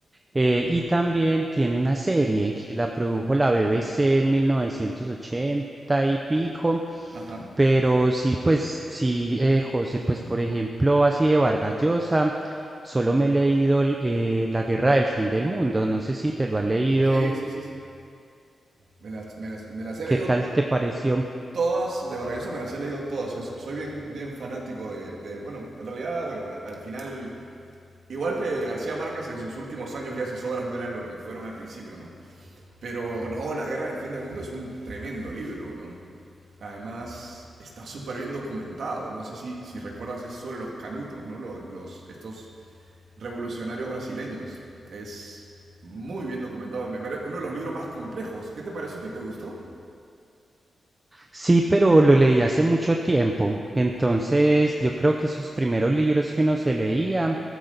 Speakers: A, on the right; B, on the right.
A: eh, y también tiene una serie que la produjo la BBC en 1980 y pico.
B: ajá.
A: Pero sí, pues sí, eh, José, pues por ejemplo, así de Vargas Llosa. Solo me he leído el, eh, La Guerra del Fin del Mundo. No sé si te lo has leído.
B: Sí, sí, sí, sí. Me las, me las- me las he
A: ¿Qué
B: leído
A: tal te pareció?
B: todas, de Vargas Llosa me las he leído todas. Soy, soy bien, bien fanático de, de- Bueno, en realidad, bueno, al final... Igual que García Márquez en sus últimos años ya sus obras no eran lo que fueron al principio, ¿no? Pero no, La Guerra del Fin del Mundo es un tremendo libro, ¿no? Además, está súper bien documentado. No sé si, si recuerdas, es sobre los canutos, ¿no? Los, los- estos revolucionarios brasileños. Es muy bien documentado. Me pare- Uno de los libros más complejos. ¿Qué te pareció a ti? ¿Te gustó?
A: Sí, pero lo leí hace mucho tiempo. Entonces, yo creo que esos primeros libros que uno se leía